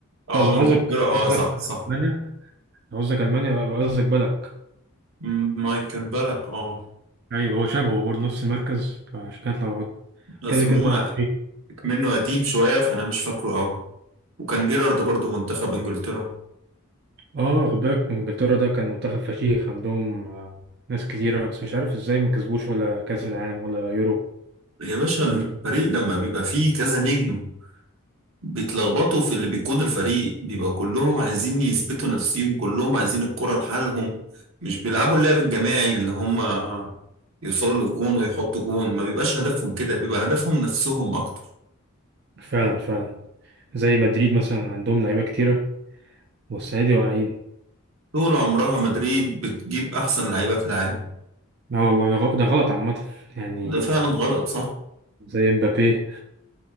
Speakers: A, on the right; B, on the right.
A: اه
B: لا، لو
A: انجلترا
B: قصدك قصدك
A: اه صح صح
B: المانيا لو قصدك المانيا يبقى قصدك بالك
A: مم، مايكل بالك اه
B: ايوه هو شبهه برضه نفس المركز فعشان كده اتلخبطت.
A: بس
B: كده
A: هما
B: كده
A: منه قديم شوية فأنا مش فاكره أوي وكان جيرارد برضه منتخب إنجلترا
B: اه خد بالك انجلترا ده كان منتخب فشيخ عندهم آه، ناس كتيرة بس مش عارف ازاي ما كسبوش ولا كأس العالم ولا يورو
A: يا باشا الفريق
B: مش
A: لما بيبقى فيه كذا نجم بيتلخبطوا في اللي بيقود الفريق بيبقى كلهم عايزين يثبتوا نفسهم كلهم عايزين الكرة لحالهم مش بيلعبوا اللعب الجماعي اللي هما يوصلوا للجون ويحطوا جون ما بيبقاش هدفهم كده بيبقى هدفهم نفسهم أكتر
B: فعلا فعلا زي مدريد مثلا عندهم لعيبة كتيرة والسنة دي واقعين
A: طول عمرها مدريد بتجيب أحسن لعيبة في العالم
B: لا والله ده غ- ده غلط عامة يعني
A: ده فعلا غلط صح؟
B: زي مبابي